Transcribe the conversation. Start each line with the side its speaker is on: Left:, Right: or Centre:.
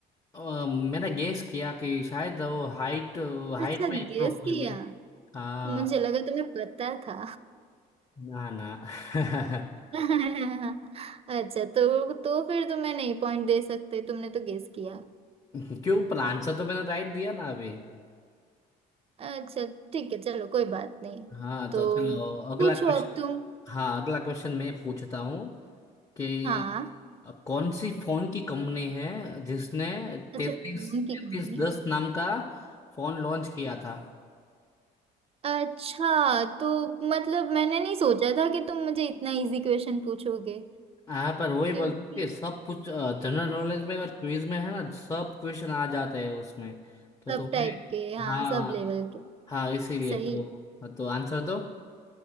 Left: अ, मैंने गेस किया कि शायद वो हाइट हाइट
Right: अच्छा
Left: में एक्रोफोबिया
Right: गेस किया
Left: हाँ
Right: मुझे लगा तुम्हें पता था
Left: ना ना <laughs>
Right: <laughs> अच्छा तो तो फिर तुम्हें नहीं पॉइंट दे सकते तुमने तो गेस किया
Left: क्यों पर आंसर तो मैंने राइट दिया ना अभी
Right: अच्छा ठीक है चलो कोई बात नहीं
Left: हाँ
Right: तो
Left: तो चलो अगला
Right: पूछो
Left: क्वेश्चन
Right: अब तुम
Left: हाँ अगला क्वेश्चन मैं पूछता हूँ कि
Right: हाँ
Left: कौन सी फोन की कंपनी है जिसने तैतीस
Right: अच्छा फोन
Left: तैतीस
Right: की कंपनी
Left: दस नाम का फोन लॉन्च किया था
Right: अच्छा तो मतलब मैंने नहीं सोचा था कि तुम मुझे इतना इजी क्वेश्चन पूछोगे
Left: हाँ पर वही
Right: क्योंकि
Left: बोल रहा हूँ कि सब कुछ जनरल नॉलेज में और क्विज में है ना सब क्वेश्चन आ जाते हैं उसमें तो
Right: सब
Left: तुम्हें
Right: टाइप के हाँ
Left: हाँ
Right: सब लेवल के
Left: हाँ इसीलिए
Right: सही
Left: तो तो आंसर दो